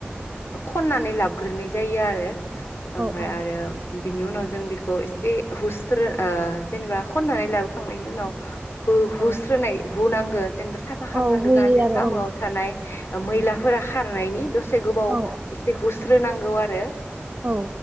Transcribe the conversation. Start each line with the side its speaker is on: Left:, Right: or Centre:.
Left: ओ खननानै लाबग्रोनाय ज। जायो आरो।
Right: औ
Left: ओमफाय
Right: औ
Left: आरो। बिनि उनाव जों बेखौ एसे हुस। सोर ओ जेनेबा खननानै लाबोखांनायनि उनाव। हु हुस्रोनाय
Right: औ
Left: हुनांगौ जेनेबा साफा खालामनांगौ
Right: औ होयो
Left: जाहाथे साम
Right: आरो
Left: आव थानाय मैलाफोरा
Right: औ
Left: खारनायनि दसे गोबाव
Right: औ
Left: एसे हुस्रोनांगौ आरो
Right: औ